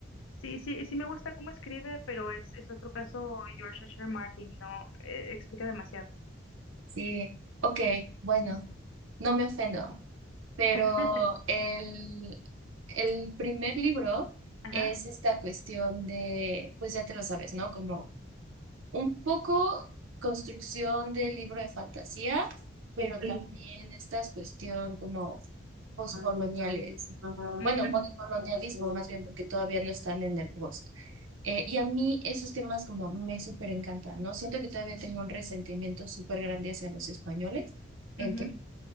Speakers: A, on the left; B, on the right.
A: Sí, sí, sí me gusta cómo escribe, pero es, es otro caso George H. R. Martin, no, eh, explica demasiado.
B: sí. Ok, bueno, no me ofendo, pero
A: <laughs>
B: el, el primer libro
A: Ajá,
B: es esta cuestión de, pues ya te lo sabes, ¿no? Como un poco construcción del libro de fantasía, pero
A: sí, sí,
B: Ujú.
A: sí.
B: también estas cuestión como postcoloniales. Bueno,
A: Ujú,
B: postcolonialismo
A: ujú,
B: más bien, porque todavía no están en el post. Eh, y a mí esos temas como me súper encantan, ¿no? Siento que todavía tengo un resentimiento súper grande hacia los españoles,
A: ujú,
B: entonces